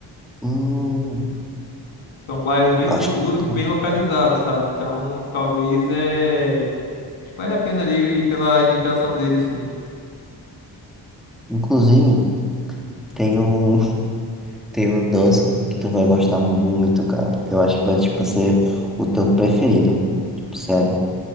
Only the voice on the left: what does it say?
São bairros bem
seguros
e bem localizados, sabe? Então, talvez é. Acho que vale a pena ali ir pela indicação dele, sim.